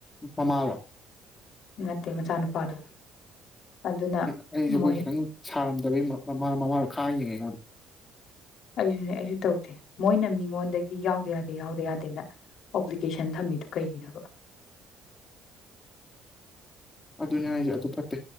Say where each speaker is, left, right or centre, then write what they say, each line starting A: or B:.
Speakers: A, on the left (about 20°); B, on the left (about 65°).
A: ꯐꯃꯥꯂ
B: ꯅꯠꯇꯦ ꯃꯆꯥꯅꯨꯄꯥꯗꯨ ꯑꯗꯨꯅ
A: ꯑꯩꯁꯦ ꯑꯩꯈꯣꯏ
B: ꯃꯣꯏ
A: ꯈꯤꯇꯪ ꯝꯗꯕꯃ ꯃꯃꯥꯗ ꯈꯥꯡꯉꯤꯉꯣꯟꯗ
B: ꯑꯩꯁꯨꯅꯦ ꯑꯩꯁꯨ ꯇꯧꯗꯦ ꯃꯣꯏꯅ ꯃꯤ ꯉꯣꯟ ꯌꯥꯎꯗ ꯌꯥꯗ ꯌꯥꯎꯗ ꯌꯥꯗꯦꯅ ꯑꯣꯄ꯭ꯂꯤꯀꯦꯁꯟ ꯊꯝꯃꯤꯗꯨ ꯀꯩꯒꯤꯅꯣꯕ
A: ꯑꯗꯨꯅꯦ ꯍꯥꯏꯁꯦ ꯑꯗꯨ ꯐꯠꯇꯦ